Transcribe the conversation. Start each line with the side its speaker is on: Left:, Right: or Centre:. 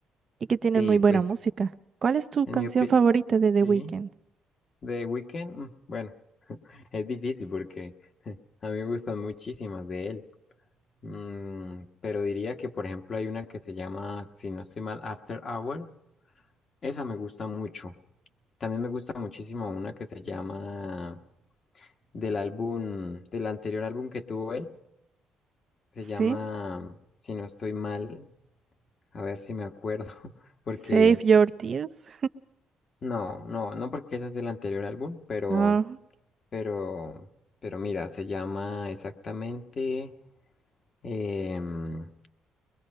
Right: y que tienen
Left: Sí,
Right: muy buena
Left: pues
Right: música. ¿Cuál es tu
Left: en
Right: canción
Left: mi opinión,
Right: favorita de
Left: sí,
Right: The Weeknd?
Left: The Weeknd, mm, bueno, <laughs> es difícil porque <laughs> a mí me gustan muchísimas de él, Mm, pero diría que por ejemplo hay una que se llama, si no estoy mal, After Hours, esa me gusta mucho. También me gusta muchísimo una que se llama del álbum, del anterior álbum que tuvo él. Se
Right: ¿Sí?
Left: llama, si no estoy mal, a ver si me acuerdo, <laughs> porque
Right: Save Your Tears.
Left: no, no, no porque esa es del anterior álbum, pero,
Right: <laughs>
Left: pero, pero mira, se llama exactamente, em,